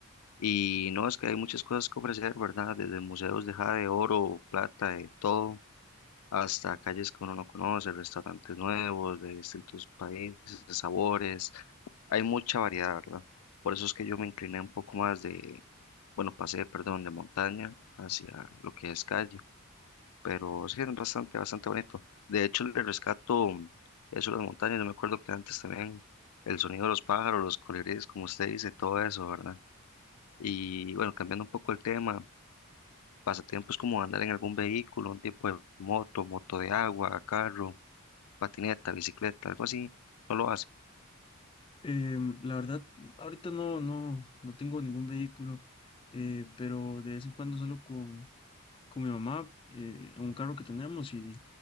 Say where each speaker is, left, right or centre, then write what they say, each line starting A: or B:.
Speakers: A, on the left; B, on the left.
A: Y no, es que hay muchas cosas que ofrecer, ¿verdad? Desde museos de jade, oro, plata, de todo, hasta calles que uno no conoce, restaurantes nuevos de distintos países, de sabores. Hay mucha variedad, ¿verdad? Por eso es que yo me incliné un poco más de bueno, pasé, perdón, de montaña hacia lo que es calle, pero sí es bastante, bastante bonito. De hecho, le rescato mm, eso de las montañas, yo me acuerdo que antes también el sonido de los pájaros, los colibríes, como usted dice, todo eso, ¿verdad? Y bueno, cambiando un poco el tema, pasatiempos como andar en algún vehículo, un tipo de moto, moto de agua, carro, patineta, bicicleta, algo así, ¿no lo hace?
B: Em, la verdad, ahorita no, no, no tengo ningún vehículo, eh, pero de vez en cuando salgo con, con mi mamá eh, en un carro que tenemos y